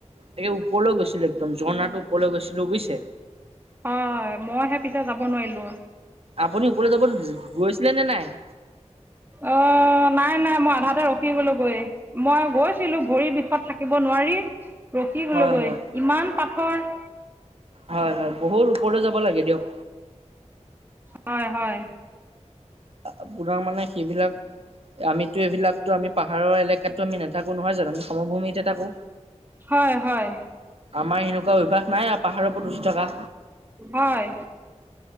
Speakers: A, on the right; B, on the right.
A: তাকে ওপৰলৈ গৈছিলো একদম, ঝণাটোৰ ওপৰলে গৈছিলো বুজিছে?
B: হয়, মইহে পিছে যাব নোৱাৰিলো।
A: আপুনি ওপৰলে যাবল গৈছিলে নে নাই?
B: অ' নাই নাই মই আধাতে ৰখি গ'লো গৈ মই গৈছিলো ভৰি বিষত থাকিব নোৱাৰি ৰখি
A: হয়
B: গ'লোগৈ
A: হয়
B: ইমান পাথৰ।
A: হয় হয় বহুত ওপৰলৈ যাব লাগে দিয়ক।
B: হয় হয়।
A: আপোনাৰ মানে সেইবিলাক আমিতো এই বিলাকতো আমি পাহাৰৰ এলেকাততো আমি নথাকো নহয় জানো? আমি সমভূমিত হে থাকো।
B: হয় হয়।
A: আমাৰ এনেকুৱা অভ্যাস নাই আও পাহাৰৰ ওপৰত উঠি থকা।
B: হয়।